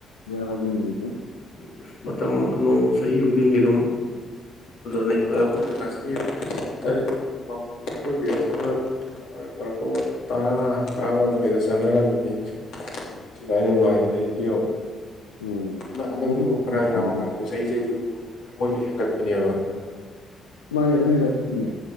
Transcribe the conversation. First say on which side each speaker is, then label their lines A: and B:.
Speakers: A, on the left (about 80°); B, on the left (about 60°).
A: ꯍꯥꯎꯖꯦꯟꯇꯨꯝ
B: ꯃ ꯃꯇꯝꯝ ꯑꯅꯣ ꯁꯍꯤ ꯈꯨꯗꯤꯒꯤ ꯑꯗꯨꯝ ꯅꯤ ꯍꯦꯟꯛꯇꯛ ꯑꯩꯈꯣꯏꯅ ꯉꯁꯤ ꯇꯔꯦꯠ ꯑꯈꯣꯏ ꯕ ꯑꯗꯨꯗ ꯑꯩꯈꯣꯏꯔꯛꯄ ꯇꯔꯥ ꯇꯔꯥꯃꯥꯊꯣꯏꯗ ꯆꯪꯅꯔꯝꯃꯤꯅꯤ ꯁꯒꯥꯏ ꯅꯅꯨꯡꯕ ꯍꯥꯏ ꯍꯧꯖꯤꯛꯇꯤꯌꯣ
A: ꯎꯝ
B: ꯍꯗꯛ ꯍꯟꯗꯛꯇꯤ
A: ꯈꯪꯍꯧꯗꯦ
B: ꯑꯃꯨꯛ ꯈꯔ
A: ꯃꯇꯝꯗꯤ
B: ꯌꯥꯝꯃꯛꯛꯀꯅꯦꯕ
A: ꯑꯗꯨꯝ
B: ꯆꯍꯤ ꯆꯍꯤ ꯈꯨꯗꯤꯡ ꯑꯗꯨ ꯃꯣꯏꯁꯨ ꯍꯦꯟꯒꯠꯄꯤꯅꯦꯕ
A: ꯃꯥꯅꯦꯗ ꯃꯒꯅꯤꯦ